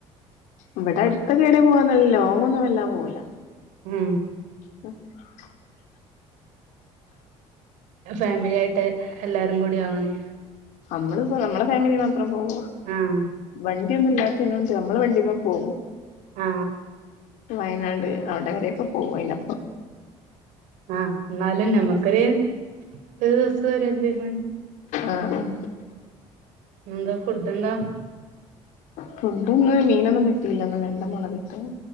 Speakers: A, on the left; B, on the right.
A: ഇവിടെ അടുത്തൊ കേടെ പോകനല്ല ലോങ്ങൊന്നും വല്ല പോകില്ല
B: ഉം
A: <unintelligible>
B: ഫാമിലി ആയിട്ട് എല്ലാരും കൂടിയൊ അങ്ങനെ
A: നമ്മള് നമ്മളെ ഫാമിലി മാത്രം പോവ
B: ആഹ്
A: വണ് ട്ടിയും ഒന്നില്ലാത്തെനോണ്ട് നമ്മെള വണ്ടിമേ പോകും
B: ആ
A: വയനാട് അവിടെവരെക്കെ പോകും അയ്ന
B: ആ എന്നാലും ഞമക്കറെ ഒരു ദിവസം ഒരു അഞ്ച് മ
A: ആഹ് ആഹ്
B: ന്താ ഫുഡ്‌ എന്താ?
A: ഫുഡ് ഒന്ന് മീനൊന്നും കിട്ടിയില്ലന്ന്. വെണ്ട മുളകിട്ട